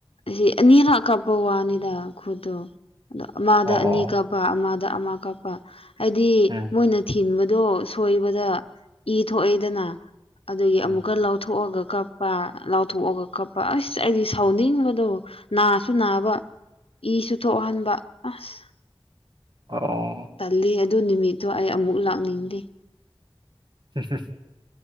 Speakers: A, on the left; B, on the right.
A: ꯍ ꯅꯔ ꯀꯥꯄ ꯋꯥꯅꯤꯗ ꯈꯨꯗꯨꯣ ꯑꯗꯣ ꯑꯃꯗ
B: ꯑꯣ
A: ꯑꯅꯤ
B: ꯑꯣ
A: ꯀꯛꯄ ꯑꯃꯗ ꯑꯃ ꯀꯞꯄ ꯍꯥꯏꯗꯤ
B: ꯎꯝ
A: ꯃꯣꯏꯅ ꯊꯤꯟꯕꯗꯣ ꯁꯣꯏꯕꯗ ꯏ ꯊꯣꯛꯏꯗꯅ ꯑꯗꯨꯒꯤ
B: ꯎꯝ
A: ꯑꯃꯨꯛꯀ ꯂꯧꯊꯣꯛꯑꯒ ꯀꯞꯄ ꯂꯥꯎꯊꯣꯛꯑꯒ ꯀꯞꯄ ꯑꯁ ꯑꯩꯗꯤ ꯁꯥꯎꯅꯤꯡꯕꯗꯣ ꯅꯥꯁꯨ ꯅꯥꯕ ꯏꯁꯨ ꯊꯣꯛꯍꯟꯕ ꯑꯁ
B: ꯑꯣ
A: ꯇꯜꯂꯤ ꯑꯗꯨ ꯅꯨꯃꯤꯠꯇꯣ ꯑꯩ ꯑꯃꯨꯛ ꯂꯥꯛꯅꯤꯡꯗꯦ
B: ꯁ ꯁ <unintelligible>